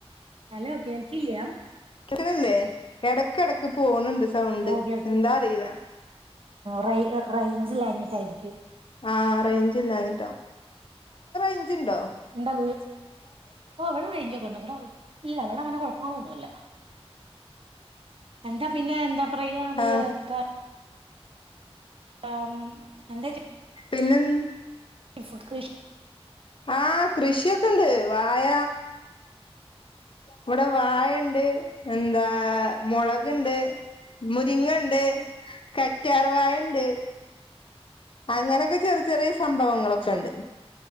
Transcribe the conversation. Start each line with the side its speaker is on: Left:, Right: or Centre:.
Right: ഹലോ കേൽകില്യാ
Left: <unintelligible> ല്ലേ ഇടക്ക് ഇടക്ക് പോണുണ്ട് സൗണ്ട്
Right: ഓ കേൾക്ക്
Left: എന്താറിയില്ലാ
Right: റേ റേഞ്ചില്ലാഞ്ഞിട്ടായിരിക്കും
Left: ആഹ് റേഞ്ചില്ലാഞ്ഞിട്ടാവും റേഞ്ച് ഉണ്ടോ
Right: എന്താ വീ ഓ ഇവിടെ റേഞ്ച് ഒക്കെ ഉണ്ട് ഇവിടെ ഇല്ല ഇവിടെ അങ്ങനെ കുഴപ്പങ്ങളൊന്നുമില്ല എന്താ പിന്നെ എന്താ പറയാ <unintelligible>
Left: ആഹ്
Right: ആം എന്താ
Left: പിന്നം
Right: ഫ കൃശ്
Left: ആഹ കൃഷിയൊക്കെയുണ്ട് വായ ഇവിടെ വാ ഉണ്ട് എന്താ മുളകുണ്ട് മുരിങ്ങുണ്ട് കറ്റാർവാായ ഉണ്ട് അങ്ങനൊക്കെ ചെറിയ ചെറിയ സംഭവങ്ങളൊക്കെ ഉണ്ട്